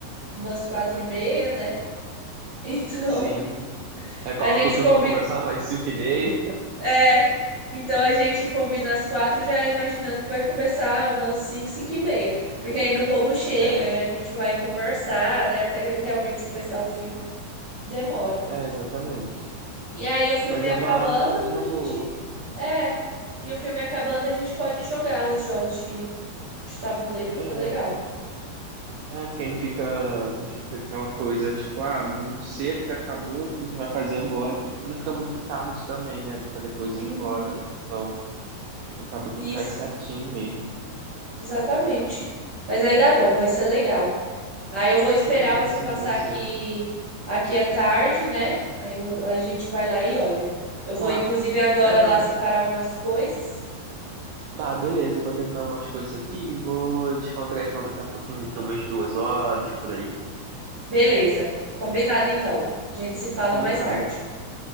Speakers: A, on the right (about 55°); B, on the right (about 85°).
A: umas quatro e meia, né? <laughs>
B: Sim.
A: Então,
B: Aí
A: a
B: coloca
A: gente
B: o filme
A: combina.
B: pra começar umas 5 e meia.
A: É. Então a gente combina as quatro já imaginando que vai começar umas cinco, cinco e meia. Porque ainda o povo chega
B: É,
A: e a gente vai conversar, né? Até realmente começar o filme. Demora.
B: é, exatamente.
A: E aí o filme
B: Mas é
A: acabando,
B: uma, uma realmente uma
A: a gente.
B: boa.
A: É. E o filme acabando, a gente pode jogar os jogos de, de tabuleiro, fica
B: É.
A: legal.
B: É, porque não fica, não fica aquela coisa, tipo, ah, muito cedo que acabou, o que a gente vai fazer agora? E não fica muito tarde também, né? Pra depois
A: Uhum.
B: ir embora, né? Então, acaba que cai
A: Isso,
B: certinho mesmo.
A: exatamente. Mas aí dá bom, vai ser legal. Aí eu vou esperar
B: Não, vai
A: você
B: sim,
A: passar
B: vai sim.
A: aqui aqui à tarde, né? Aí eu- a gente vai lá e olha. Eu vou,
B: Tá,
A: inclusive, agora
B: é,
A: lá
B: eu vou-
A: separar algumas coisas.
B: tá, beleza, eu vou terminar umas coisas aqui e vou te encontrar então daqui a pouquinho, daqui a umas duas horas, por aí.
A: Beleza, combinado então. A gente
B: Fica
A: se fala
B: combinado.
A: mais tarde.